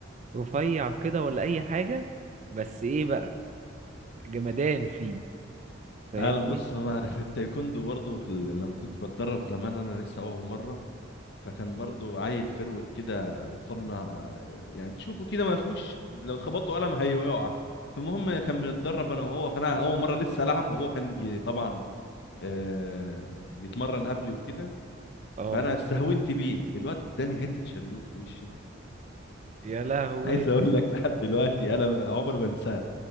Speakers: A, on the right; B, on the left.
A: رفيع كده ولا اي حاجة بس ايه بقى جمدان فيه فاهمني
B: انا بص انا <laughs> في التايكوندو برضو في ال... لما كنت بتدرب زمان انا لسه اول مرة فكان برضو عيل فروت كده فنا يعني تشوفه كده ما فيهوش لو خبطوا قلم هيقع المهم كان بنتدرب انا وهو فانا اول مره لسه العب وهو كان جي- طبعا آه، بيتمرن قبلي وكده
A: اه
B: فانا استهونت بيه الواد اداني حته شلوت في وشي
A: يا لهوي
B: عايز اقول لك لحد دلوقتي انا عمر ما انساها